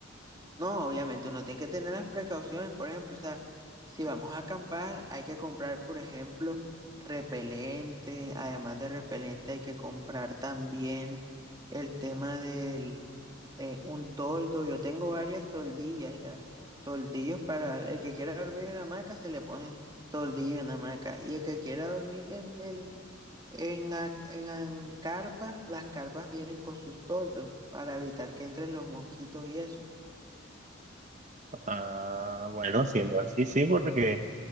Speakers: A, on the right (about 20°); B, on the right (about 40°).
A: No, obviamente uno tiene que tener las precauciones, por ejemplo, o sea, si vamos a acampar, hay que comprar, por ejemplo, repelente, además de repelente hay que comprar también el tema del eh, un toldo, yo tengo varias toldillas ya, toldillos para el que quiera dormir en hamaca se le pone toldillo en hamaca y el que quiera dormir en el en, la- en, en carpa, las carpas vienen con sus toldos para evitar que entren los mosquitos y eso.
B: Ah, bueno, siendo así, sí, porque